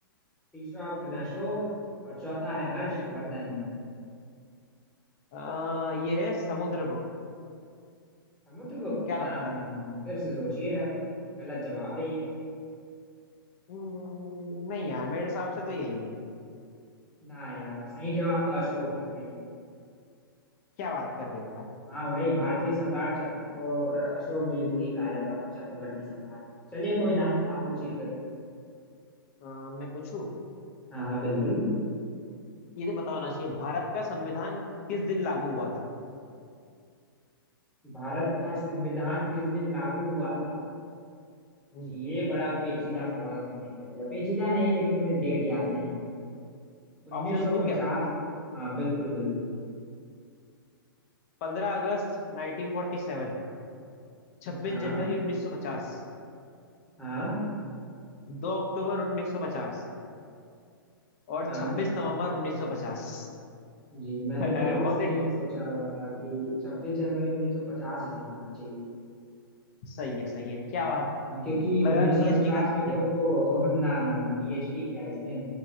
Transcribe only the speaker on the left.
हम्म,
आ, ये है समुद्रगुप्त
क्या लगता
है
हम्म, नहीं यार मेरे हिसाब से तो यही है
क्या बात कर रहे हो यार
अ, मैं पूछूं
ये तो पता होना चाहिए भारत का संविधान किस दिन लागू हुआ था
हम्म।
ऑप्शंस दूं क्या
पंद्रह अगस्त 1947 छब्बीस
जनवरी 1950
दो अक्टूबर 1950 और
छब्बीस नवंबर 1950
<laughs>
बहुत
ही
सही है सही है क्या बात
लग
रहा है पीएचडी
का
ये,